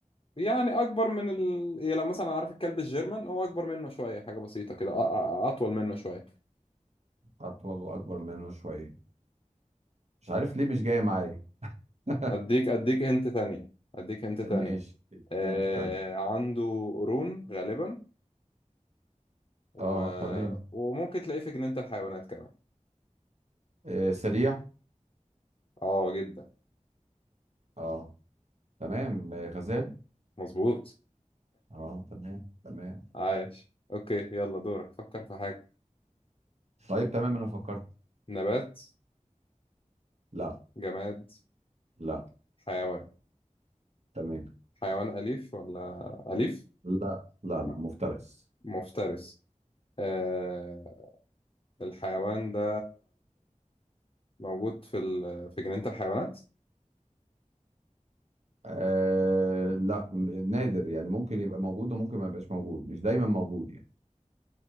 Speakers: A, on the left; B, on the right.
A: يعني أكبر من ال... يعني لو مثلا عارف الكلب الجيرمان هو أكبر منه شوية حاجة بسيطة كده أ- أ- أطول منه شوية
B: أطول وأكبر منه شوية مش عارف ليه مش جاية معايا <laughs>
A: أديك أديك هنت تانية أديك هنت تانية
B: ماشي تبقى
A: آه.
B: انت تاني
A: عنده قرون غالبا و...
B: اه تمام
A: وممكن تلاقيه في جنينة الحيوانات كمان
B: آه سريع
A: اه جدا
B: اه تمام آه غزال
A: مظبوط
B: اه تمام تمام
A: عايش اوكي يلا دورك فكر في حاجة
B: طيب تمام انا فكرت
A: نبات
B: لا
A: جماد
B: لا
A: حيوان
B: تمام
A: حيوان أليف ولا أليف
B: لا لا لا
A: م-
B: مفترس
A: مفترس آه الحيوان ده موجود في ال... في جنينة الحيوانات
B: آه لا م- نادر يعني ممكن يبقى موجود وممكن ما يبقاش موجود مش دايما موجود يعني